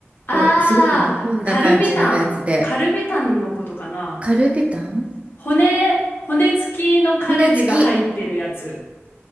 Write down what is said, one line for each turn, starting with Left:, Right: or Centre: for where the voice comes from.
Left: あー、
Right: をすごく煮込んだ感じのやつで、
Left: カルビタン。カルビタンのことかな。
Right: カルビタン
Left: 骨、骨付きのカルビが入ってるやつ
Right: 骨付き。